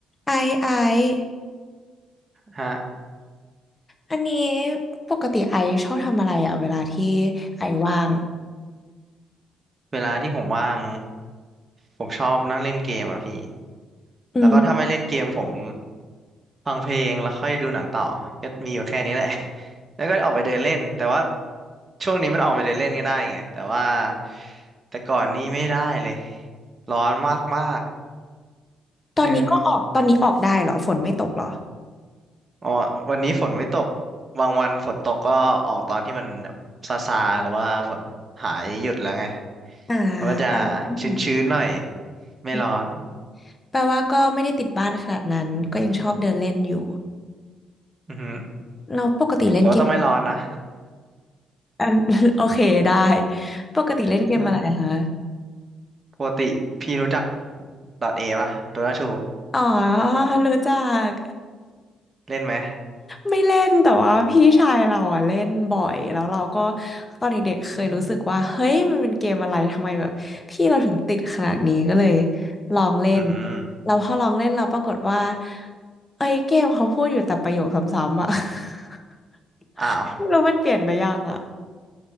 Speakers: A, on the left; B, on the right.
A: ไอซ์ไอซ์
B: ฮะ
A: อันนี้ปกติไอซ์ชอบทำอะไรอ่ะเวลาที่ไอซ์ว่าง
B: เวลาที่ผมว่างผมชอบนั่งเล่นเกมอ่ะพี่
A: อืม
B: แล้วก็ถ้าไม่เล่นเกมผมฟังเพลงแล้วค่อยดูหนังต่อก็มีอยู่แค่นี้แหละ <laughs> แล้วก็ออกไปเดินเล่นแต่ว่าช่วงนี้มันออกไปเดินเล่นก็ได้ไงแต่ว่าแต่ก่อนนี้ไม่ได้เลยร้อนมากมาก
A: ตอนนี้ก็ออกตอนนี้ออกได้เหรอฝนไม่ตกเหรอ
B: เอออ๋อวันนี้ฝนไม่ตกบางวันฝนตกก็ออกตอนที่มันแบบซาซาหรือว่าฝนหายหยุดแล้วไง
A: อ่า
B: มันก็จะ
A: แปลว่าอืม
B: ชื้นๆหน่อยไม่ร้อน
A: อืมแปลว่าก็ไม่ได้ติดบ้านขนาดนั้นก็ยังชอบเดินเล่นอยู่
B: อือฮึ
A: เราปกติเล่นเกม
B: แต่ว่าต้องไม่ร้อนนะ
A: อัน <laughs> โอเคได้ ปกติเล่นเกมอะไรคะ
B: <laughs> อืมปกติพี่รู้จักดอทเตปะโดาทู
A: อ๋อรู้จัก
B: เล่นไหม
A: ไม่เล่นแต่ว่าพี่ชายเราอะเล่นบ่อยแล้วเราก็ตอนเด็กๆเคยรู้สึกว่าเฮ้ยมันเป็นเกมอะไรทำไมแบบพี่เราถึงติดขนาดนี้ก็เลยลองเล่น
B: อืม
A: เราพอลองเล่นเราปรากฏว่าเอ้ยเกมเขาพูดอยู่แต่ประโยคซ้ำๆอะ <laughs>
B: อ้าว
A: ไม่รู้มันเปลี่ยนไปยังอะ